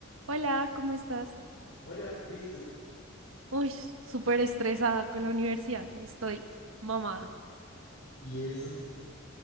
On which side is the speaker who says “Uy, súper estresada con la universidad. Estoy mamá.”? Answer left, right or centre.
Right